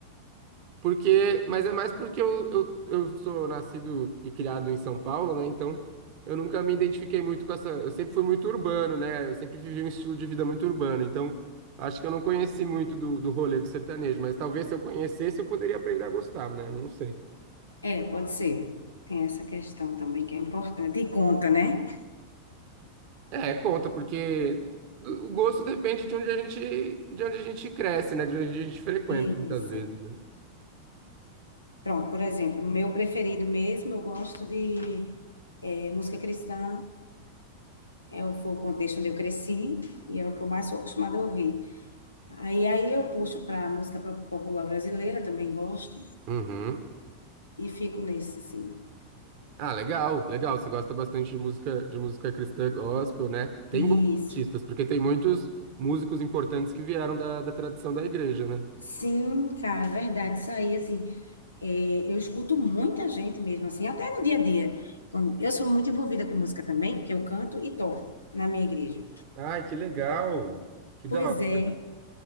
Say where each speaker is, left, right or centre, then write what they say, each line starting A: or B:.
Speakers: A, on the right; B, on the left.
A: Porque, mas é mais porque eu, eu, eu sou nascido e criado em São Paulo, né? Então, eu nunca me identifiquei muito com essa... Eu sempre fui muito urbano, né? Eu sempre vivi um estilo de vida muito urbano. Então, acho que eu não conheci muito do, do rolê do sertanejo. Mas talvez se eu conhecesse, eu poderia aprender a gostar, né? Não sei.
B: é, pode ser. Tem essa questão também que é importante. E conta, né?
A: É, conta, porque o gosto depende de onde a gente, de onde a gente cresce, né? De onde a gente frequenta,
B: Isso.
A: muitas vezes, né?
B: Pronto, por exemplo, meu preferido mesmo, eu gosto de eh, música cristã, é o, foi o contexto onde eu cresci e é o que eu mais sou acostumada a ouvir. Aí, aí eu puxo para música pro- popular brasileira, também gosto,
A: Uhum.
B: e fico nesse, assim.
A: Ah, legal, legal. Você gosta bastante de música, de música cristã gospel, né? Tem
B: Isso.
A: bons artistas, porque tem muitos músicos importantes que vieram da, da tradição da igreja, né?
B: Sim, cara, é verdade, isso aí, assim, eh, eu escuto muita gente mesmo, assim, até no dia a dia. Quando, eu sou muito envolvida com música também, porque eu canto e toco na minha igreja.
A: Ai, que legal! Que da
B: Pois
A: hora.
B: é,